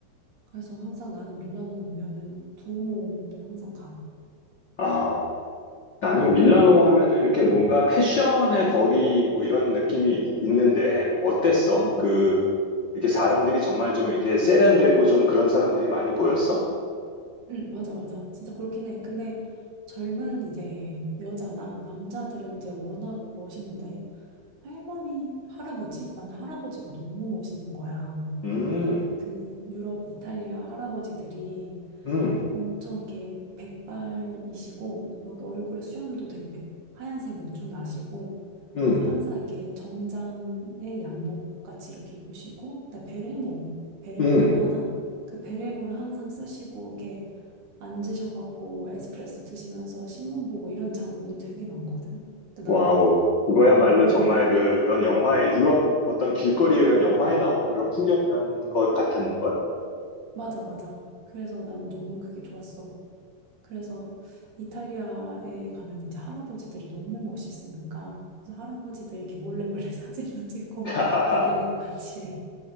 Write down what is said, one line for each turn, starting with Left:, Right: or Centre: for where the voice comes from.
Right: 그래서 항상 나는 밀라노에 오면은 두오모를 항상 가.
Left: 아, 나는 밀라노 하면은 이렇게 뭔가 패션의 거리 뭐 이런 느낌이 있는데 어땠어?
Right: 응.
Left: 그 이렇게 사람들이 정말 좀 이렇게 세련되고 좀 그런 사람들이 많이 보였어?
Right: 응, 맞아, 맞아. 진짜 그렇긴 해. 근데 젊은 이제 여자나 남자들은 이제 워낙 멋있는데 할머니, 할아버지? 나는 할아버지가 너무 멋있는 거야.
Left: 음,
Right: 그 유럽, 이탈리아 할아버지들이
Left: 음.
Right: 엄청 이렇게 백발이시고 여기 얼굴에 수염도 되게 백- 하얀색으로 쭉 나시고
Left: 음.
Right: 그리고 항상 이렇게 정장에 양복 같이 이렇게 입으시고 그다음 베레모, 베레모라고
Left: 음,
Right: 하나? 그 베레모를 항상 쓰시고 이렇게 앉으셔갖고 에스프레소 드시면서 신문 보고 이런 장면이 되게 많거든. 근데
Left: 와우.
Right: 나는
Left: 이거야말로
Right: 어 그게
Left: 정말 그- 그런 영화에, 유럽 어떤 길거리에 그런 영화에 나오는 그런 풍경이었던 것 같았는걸?
Right: 맞아 맞아. 그래서 나는 너무 그게 좋았어. 그래서 이탈리아에 가면 이제 할아버지들이 너무 멋있으니까 그래서 할아버지들 이렇게 몰래 몰래 <laughs> 사진도 찍고
Left: <laughs>
Right: 배경이랑 같이